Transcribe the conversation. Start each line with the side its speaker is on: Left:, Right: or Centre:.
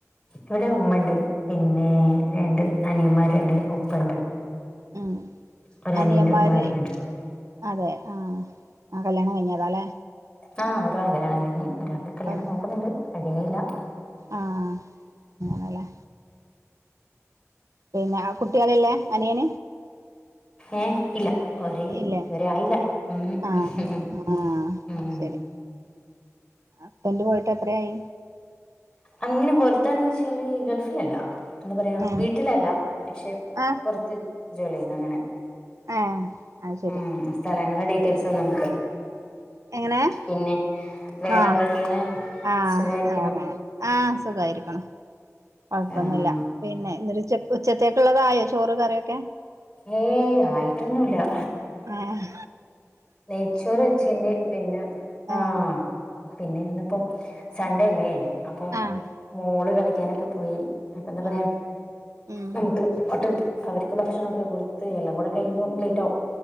Left: ഇവിടെ ഉമ്മണ്ട് പിന്നെ രണ്ട് അനിയമാരുണ്ട് ഉപ്പണ്ട്
Right: ഉം
Left: ഒരനിയന്റെ
Right: അനിയന്മാര്
Left: ഭാര്യയുണ്ട്
Right: അതെ ആഹ് ആ കല്യാണം കഴഞ്ഞതാ അല്ലെ?
Left: ആ ഒരാളെ കല്യാണം കഴിഞ്ഞ്. ഒരാക്ക് കല്യാണം
Right: ആഹ്
Left: നോക്കുന്നുണ്ട് റെഡിയായില്ല
Right: ആഹ് അങ്ങനല്ലേ പിന്നെ ആകുട്ടികളില്ലേ അനിയൻ
Left: ഏ ഇല്ല ഒരേ ഇതുവരെ
Right: ഇല്ലേ
Left: ആയില്ല മം
Right: ആഹ്
Left: ഹ്
Right: ആഹ് അത് ശരി ഹസ്ബൻഡ് പോയിട്ട് എത്രയായി
Left: അങ്ങനെ പൊറത്താണ് ചോദിച്ചാല് ഗൾഫിലല്ലാ എന്താപറയാ
Right: ആഹ്
Left: വീട്ടിലല്ല പക്ഷെ
Right: ആഹ്
Left: പുറത്ത് ജോലി ചെയ്യുന്നു അങ്ങനെ
Right: ഏ ആയിശേരി
Left: ഉം സ്ഥലങ്ങളുടെ ഡീറ്റെയിൽസ് ഒന്നും.
Right: എങ്ങനെ.
Left: പിന്നെ വേറെ
Right: ആഹ
Left: എന്തൊക്കെയാണ്
Right: ആഹ
Left: സുഖായിരിക്കണോ
Right: ആറെങ്ങെ ആ സുഖായിരിക്കണു. കുഴപ്പൊന്നുല്ല
Left: ആഹ്
Right: പിന്നെ ഉച്ചത്തേക്കുള്ളതായോ ചോറ് കറിയൊക്കെ?
Left: ഏയ് ആയിട്ടൊന്നുല്ല.
Right: ആഹ്
Left: നെയ്ച്ചോറ് വച്ചിണ്ട്. പിന്നെ ആ
Right: ഏഹ്
Left: പിന്നെ ഇന്ന്പ്പം സൺണ്ടേ അല്ലേ അപ്പൊ
Right: ആഹ്
Left: മോള് കളിക്കാനൊക്കെ പോയി. അപ്പ എന്താ പറയാ
Right: ആഹ് ഉം
Left: <inaudible> <inaudible> അവർക്ക് ഭക്ഷണൊക്കെ കൊടുത്ത് എല്ലാം കൂടെ കഴിയുമ്പോം ലേറ്റ് ആും